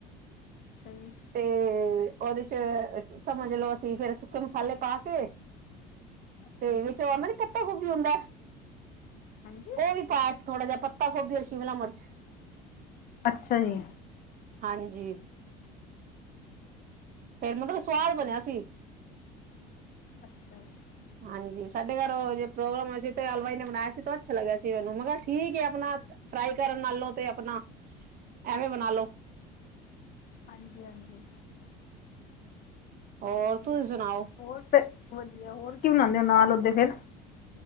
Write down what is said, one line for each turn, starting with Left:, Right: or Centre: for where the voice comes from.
Left: ਅੱਛਾ ਜੀ।
Right: ਤੇ ਓਦੇ ਚ ਸਮਝ ਲਓ ਅਸੀਂ ਫੇਰ ਸੁੱਕੇ ਮਸਾਲੇ ਪਾ ਕੇ
Left: ਅੱਛਾ
Right: ਤੇ
Left: ਜੀ ਅੱਛਾ ਜੀ
Right: ਵਿੱਚ ਆਦਾ ਨੀ ਪੱਤਾ ਗੋਭੀ ਹੁੰਦਾ
Left: ਹਾਂਜੀ
Right: ਓ ਵੀ ਪਾਇਆ ਸੀ ਥੋੜਾ ਜੇਆ ਪੱਤਾ ਗੋਭੀ ਔਰ ਸ਼ਿਮਲਾ ਮਰਚ
Left: ਅੱਛਾ ਜੀ।
Right: ਹਾਂਜੀ। ਫੇਰ ਮਤਲਬ ਸਵਾਦ ਬਣੇਆ ਸੀ।
Left: ਅੱਛਾ ਜੀ।
Right: ਹਾਂਜੀ ਸਾਡੇ ਘਰ ਓ ਜੇ ਪ੍ਰੋਗਰਾਮ ਹੋ ਸੀ ਤੇ ਹਲਵਾਈ ਨੇ ਬਣਾਇਆ ਸੀ ਤੋ ਅੱਛਾ ਲੱਗਿਆ ਸੀ ਮੈਨੂੰ ਮੈਂ ਕੈਆ ਠੀਕ ਏ ਅਪਣਾ ਫਰਾਈ ਕਰਨ ਨਾਲੋ ਤੇ ਅਪਣਾ ਐਵੇਂ ਬਣਾਲੋ
Left: ਹਾਂਜੀ-ਹਾਂਜੀ।
Right: ਹੋਰ
Left: ਵਧੀਆ
Right: ਤੁਸੀਂ ਸੁਣਾਓ।
Left: ਹੋਰ ਫੇਰ ਵਧੀਆ, ਹੋਰ ਕੀ ਬਣਾਣੇ ਓ ਨਾਲ ਓਦੇ ਫੇਰ